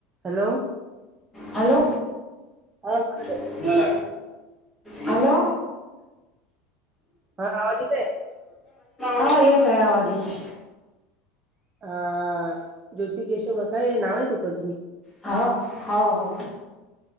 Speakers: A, on the right; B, in the centre.
A: Hello
B: hello
A: <inaudible>
B: कुणाला? Hello
A: हा आवाज येतोय
B: हा <inaudible> आता आवाज येतय.
A: हा, ज्योती केेशव मसाई हे नाव आहे तू पण
B: हा, हो, हो.